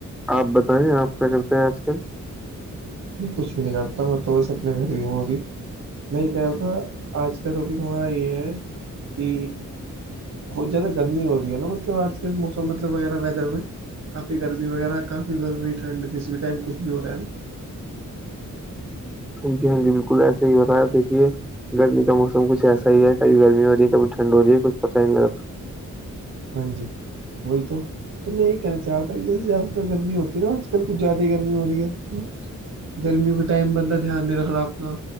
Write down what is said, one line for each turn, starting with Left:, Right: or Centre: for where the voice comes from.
Centre: آپ بتائیں آپ کیا کرتے ہیں آج کل
Right: میں کچھ بھی نہیں کرتا میں تو بس اپنے گھر ہی ہوں ابھی میں یہ کہہ رہا تھا آج کا ٹاپک ہمارا یہ ہے کہ بہت زیادہ گرمی ہو رہی ہے نا مطلب آج کے موسم مطلب وغیرہ ویدر میں کافی گرمی وغیرہ کافی گرمی ٹھڈ کسی بھی ٹائم کچھ بھی ہو رہا ہے نا
Centre: جی ہاں جی بالکل ایسا ہی ہو رہا ہے دیکھیے گرمی کا موسم کچھ ایسا ہی ہے کب گرمی ہو رہی ہے کبھی ٹھڈ ہو رہی ہےچھ پتہ نہیں لگ رہا
Right: ہاں جی وہی تو میں یہی کہنا چاہ رہتا تھا کہ جیسے زیادہ تر گرمی ہوتی ہے نا آج کل کچھ زیادہ گرمی ہو رہی ہے گرمیوں کے ٹائم بندہ دھیان نہیں رکھ رہا آپ انا